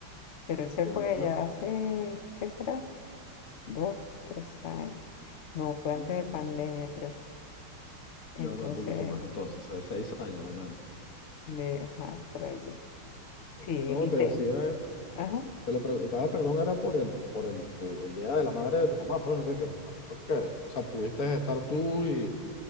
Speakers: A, on the left (about 75°); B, on the left (about 45°).
A: Pero él
B: Entiendo.
A: se fue allá
B: no
A: hace, ¿qué será? Dos, tres años. No, fue antes
B: Mm,
A: de pandemia, creo. Entonces,
B: Ya no, un poquito más entonces, o sea, seis años al menos.
A: le, ajá, por allí.
B: Sí.
A: Sí,
B: No,
A: y
B: te
A: te,
B: decía,
A: ajá,
B: te lo preguntaba, perdón, era por el, por el, tu- el día de la madre de tu mamá, pues, o sea, que me imagino que, o sea, pudiste estar tú y,